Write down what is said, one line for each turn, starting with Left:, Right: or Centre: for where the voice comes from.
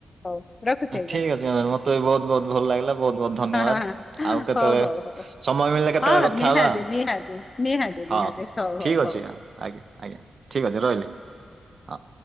Left: ହଉ। ରଖୁଛି ଆଜ୍ଞା
Right: ଠିକ୍ ଅଛି ମ୍ୟାମ ମତେ ବି ବହୁତ ବହୁତ ଭଲ ଲାଗିଲା। ବହୁତ ବହୁତ ଧନ୍ୟବାଦ।
Left: ହଁ ହଁ ହଁ
Right: ଆଉ କେତେବେଳେ
Left: ହଉ ହଉ ହଉ।
Right: ସମୟ ମିଳିଲେ, କେତେବେଳେ
Left: ହଁ
Right: କଥା
Left: ନିହାତି
Right: ହବା।
Left: ନିହାତି ନିହାତି ନିହାତି
Right: ହଁ,
Left: ହଉ ହଉ
Right: ଠିକ
Left: ହଉ।
Right: ଅଛି। ଆଜ୍ଞା, ଆଜ୍ଞା ଆଜ୍ଞା ଠିକ ଅଛି, ରହିଲି। ହଁ।